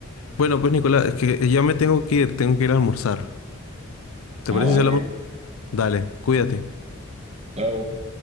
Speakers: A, on the left; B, on the right.
A: Bueno, pues Nicolás, es que ya me tengo que ir, tengo que ir a almorzar. ¿Te
B: Ah,
A: parece
B: vale.
A: si hablamos? Dale, cuídate.
B: Chao.